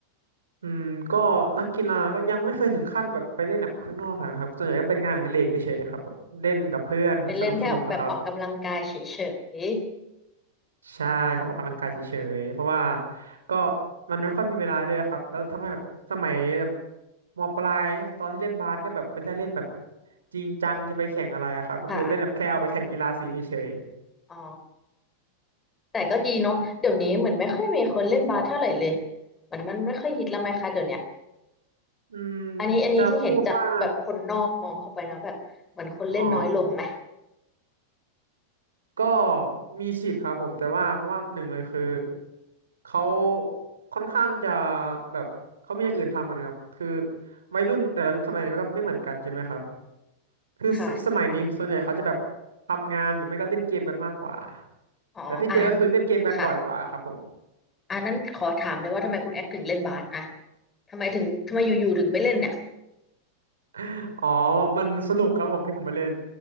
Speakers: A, on the right; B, on the left.
A: อืมก็นักกีฬาก็ยังไม่เคยถึงขั้นแบบไปเล่นแบบข้างนอกอะนะครับส่วนใหญ่ก็เป็นงานอดิเรกเฉยๆครับแบบเล่นกับเพื่อนสนุกสนุกอะครับ
B: เป็นเล่นแค่แบบออกกำลังกายเฉย
A: ใช่ครับออกกำลังกายเฉยๆเพราะว่าก็มันไม่ค่อยมีเวลาด้วยครับแล้วทำให้แบบสมัยแบบมปลายครับตอนที่เล่นบาสก็แบบไม่ได้เล่นแบบจริงจังจะไปแข่งอะไรอะครับก็คือเล่นแบบแค่เอาไปแข่งกีฬาสีเฉย
B: ๆค่ะอ๋อแต่ก็ดีเนาะเดี๋ยวนี้เหมือนไม่ค่อยมีคนเล่นบาสเท่าไหร่เลยเหมือนมันไม่ค่อยฮิตแล้วไหมคะเดี๋ยวเนี้ย
A: ๆอืม
B: อันนี้อันนี้ที่เห็นจากแบบคนนอกมองเข้าไปนะแบบเหมือนคนเล่นน้อยลงไหม
A: จะพูดว่าอ๋อ ก็มีสิทธิ์ครับผมแต่ว่าเพราะว่าหนึ่งเลยคือเขาค่อนข้างจะแบบเขามีอย่างอื่นทำอะนะครับคือวัยรุ่นแต่ละยุคสมัยเนี่ยก็ไม่เหมือนกันใช่ไหมครับคือสสมัยนี้ส่วนใหญ่เขาจะแบบ
B: ค่ะ
A: ทำงานหรือไม่ก็เล่นเกมกันมากกว่า
B: อ๋ออ่าน
A: แต่ที่เจอก็คือเล่นเกมกันบ่อยกว่าครับผม
B: ค่ะอันนั้นขอถามเลยว่าทำไมคุณแอคถึงเล่นบาสอะทำไมถึงทำไมอยู่ๆถึงไปเล่นเนี่ย
A: <laughs> อ๋อมันสนุกครับผมที่ผมไปเล่น